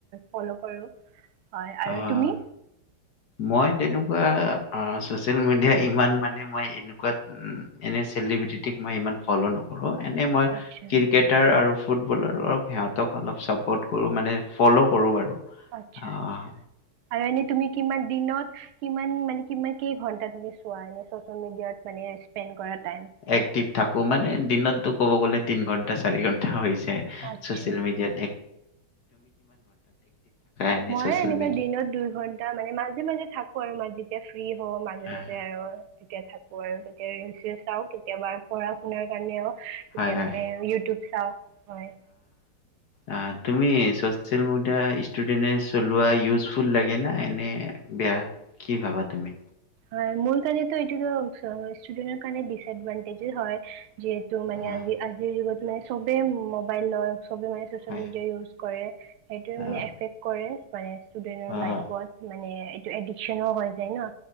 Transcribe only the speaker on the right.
ফল কৰো হয় আৰু
তুমি
আচ্ছা
আচ্ছা,
আচ্ছা--আৰু এনেই তুমি কিমান দিনত কিমান মান, কিমান, কেই ঘন্টা তুমি চোৱা, এনে ছ'চিয়েল মিডিয়াত মানে, স্পেণ্ড কৰা। টাইম?
আচ্ছা
মই
এনেকা
দিনত দুই ঘন্টা মানে, মাজে মাজে থাকোঁ আৰু মাজে ফ্ৰী হওঁ মাজে
মাজে আৰু তেতিয়া থাকোঁ আৰু তেতিয়া ছিৰিয়েল চাওঁ। কেতিয়াবা পঢ়া-শুনাৰ কাৰণেও
এতিয়া
মানে, ইউটিউব চাওঁ। হয়।
হয়। মোৰ কাৰণেতো এইটোতো ষ্টুডেন্টৰ কাৰণে ডিচএডভান্টেজে হয়! যিহেতু মানে,
আজি আজিৰ যুগত মানে, চবে মোবাইল লয়। চবে মানে ছ'চিয়েল
মিডিয়াই ইউজ কৰে, সেইটোৱে
মানে এফেক্ট কৰে। কৰে। ষ্টুডেন্টৰ
লাইফত মানে, এইটো এডিকশ্বনো হয়। আছে ন